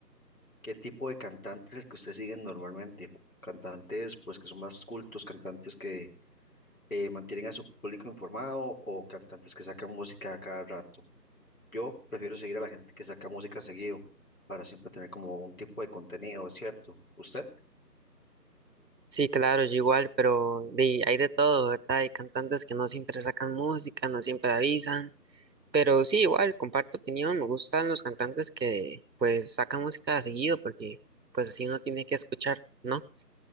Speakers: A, on the left; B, on the right.
A: qué tipo de cantantes es el que ustedes siguen normalmente. Cantantes pues que son más cultos, cantantes que eh, mantienen a su público informado o cantantes que sacan música a cada rato. Yo prefiero seguir a la gente que saca música seguido para siempre tener como un tipo de contenido, ¿es ¿cierto? ¿Usted?
B: Sí, claro, yo igual, pero de, hay de todo, ¿verdad? Hay cantantes que no siempre sacan música, no siempre avisan. Pero sí, igual, comparto opinión, me gustan los cantantes que pues sacan música seguido porque pues así uno tiene que escuchar, ¿no?